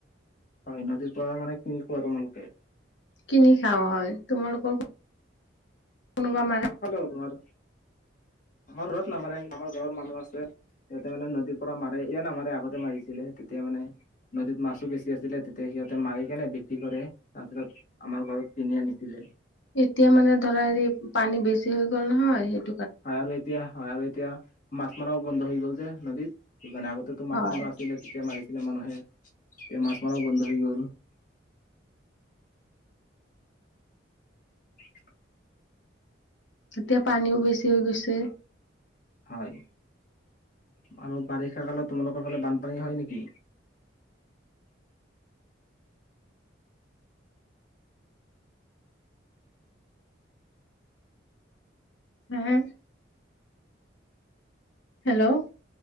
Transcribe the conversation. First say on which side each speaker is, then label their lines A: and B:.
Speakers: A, on the left; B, on the left.
A: হয় নদীৰ পৰা মানে কিনি খোৱা তোমালোকে
B: কিনি খাওঁ হয় তোমালোকৰ কোনোবা মাৰে
A: ভালে হ তোমাৰ আমাৰ ঘৰত নামানে আমাৰ গাঁৱৰ মানুহ আছে সিহঁতে মানে নদীৰ পৰা মাৰে ইয় নামাৰে আগতে মাৰিছিলে তেতিয়া মানে নদীত মাছো বেছি আছিলে তেতিয়া সিহঁতে মাৰি কেনে বিক্ৰী কৰে তাৰপিছত আমাৰ ঘৰত কিনি আনিছিলে
B: এতিয়া মানে ধৰা হেৰি পানী বেছি হৈ গ'ল নহয় সেই
A: আৰু এতিয়া হয় আৰু এতিয়া মাছ মৰাাও বন্ধ হৈ গ'ল যে নদীত সেইকাৰণে আগতেতো মাছ
B: হয়
A: মৰা আছিলে তেতিয়া মাৰিছিলে মানুহে তেতিয়া মাছ মৰাও বন্ধ হৈ গ'ল <unintelligible>
B: এতিয়া পানীও বেছি হৈ গৈছে
A: হয় আৰু বাৰিষা কালত তোমালোকৰ ফালে বানপানী হয় নেকি
B: হয় হেল্ল'